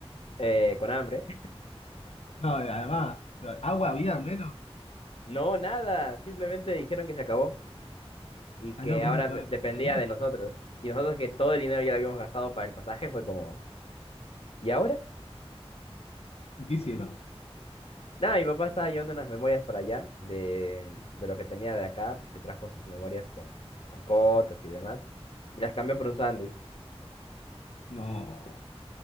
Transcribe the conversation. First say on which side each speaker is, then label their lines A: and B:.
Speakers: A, on the left; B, on the left.
A: eh, con hambre.
B: No, además, ¿agua había al menos?
A: No, nada, simplemente dijeron que se acabó. y
B: Ah,
A: que
B: no, ves
A: ahora
B: la peor
A: pe-
B: empresa
A: dependía
B: del mundo.
A: de nosotros. Y nosotros que todo el dinero ya lo habíamos gastado para el pasaje, fue como, ¿y ahora?
B: ¿Qué hicieron?
A: Nada, mi papá estaba llevando unas memorias para allá de, de lo que tenía de acá, se trajo sus memorias con, con fotos y demás, y las cambió por un sándwich.
B: No,